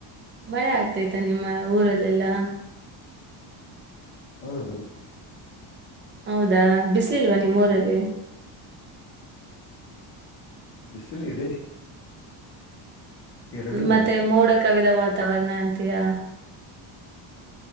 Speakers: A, on the right; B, on the left.
A: ಮಳೆ ಆಗ್ತೈತ ನಿಮ್ಮ ಊರಲ್ಲೆಲ್ಲಾ
B: ಹೌದು
A: ಹೌದಾ ಬಿಸ್ಲಿಲ್ವಾ ನಿಮ್ಮ ರಲ್ಲಿ
B: ಬಿಸಿಲ ಇದೆ ಎರಡೂ
A: ಮತ್ತೆ
B: ಇದೆ
A: ಮೋಡ ಕವಿದ ವಾತಾವರಣ ಅಂತಯಾ